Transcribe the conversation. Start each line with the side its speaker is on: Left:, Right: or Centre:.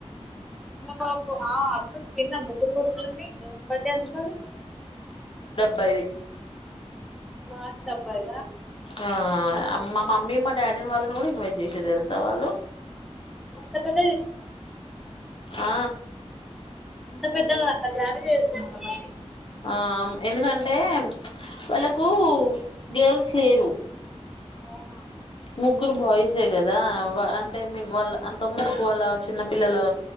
Centre: బాబు అక్క ఎన్న ము్రు కొడుకులమే వరి బడే అంది కా
Left: బరి
Centre: మాతబ్బార
Left: ఆ మా మమ్మీ మా డాడీని వాళ్ళని కూడా ఇన్వైట్ చేసి తెలుసా వాళ్ళు
Centre: పత
Left: ఆ
Centre: అంత పెద్దగా అంత గ్రాం చేస్తున్నారుాబంీ
Left: ఆ ఎందుకంటే వాళ్ళలకు గర్ల్స్ లేరు
Centre: ఆఓహా
Left: ముగ్గురు బాయ్సే కదా అంటే వాళ్ళ అంత ముందుకు వాళ్ళ చిన్న పిల్లలు